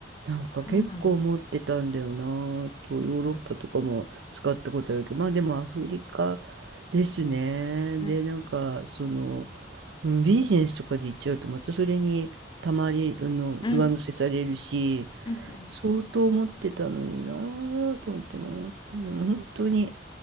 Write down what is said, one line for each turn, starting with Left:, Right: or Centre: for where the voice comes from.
Right: う。なんか結構持ってたんだよなぁと、
Left: そうなんですね。
Right: ヨーロッパとかも使ったことあるけど、
Left: あそっか
Right: まあでもアフリカですね。
Left: うん。
Right: で、なんか、その、うん、ビジネスとかで行っちゃうと、またそれにたまり、あの、
Left: うん。
Right: 上乗せされるし、
Left: うん。
Right: 相当持ってたのになぁと思ってもう、もう本当に、